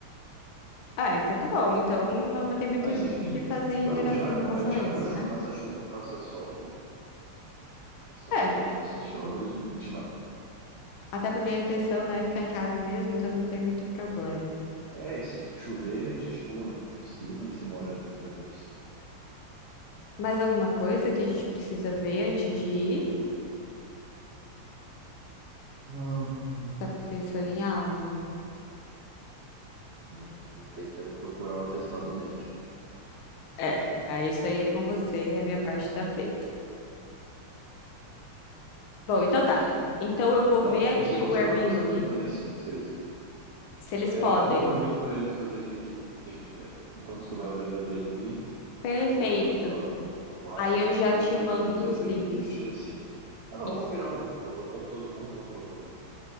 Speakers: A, on the left; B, on the right.
A: Ah, então tá bom. Então não vai ter muito
B: Mas
A: o
B: enfim,
A: que fazer
B: vamos,
A: em, gera-
B: a gente vai,
A: em relação
B: vai- a gente
A: a
B: vai
A: isso,
B: com chuva,
A: né?
B: faça chuva, faça sol, faça
A: É,
B: chuva, faça sol, a gente vai.
A: até porque a intenção, né, é ficar em casa mesmo, então não tem muito problema.
B: É, e se chover, a gente pula na piscina e se molha dentro da piscina.
A: Mais alguma coisa que a gente precisa ver antes de ir?
B: Hum.
A: Você tá pensando em algo?
B: Eu vou ter que procurar o atestado médico.
A: É, aí isso aí é com você e a minha parte tá feita. Bom, então
B: Ai.
A: tá. Então eu vou ver
B: Ah,
A: aqui
B: a gente tem que
A: o
B: confirmar
A: Airbnb,
B: com os amigos também, se, se eles.
A: se eles
B: É,
A: podem.
B: e eu ligo para eles para ver quem que, quem que é. Enquanto tu vai olhando o Airbnb,
A: Perfeito.
B: E aí tu me manda no, no Whats
A: Aí eu já
B: os
A: te
B: links
A: mando
B: dos Airbnb
A: os links.
B: e a gente decide. Ah, não,
A: Isso.
B: vamos criar um grupo. Já botamos todo mundo e vamos botando.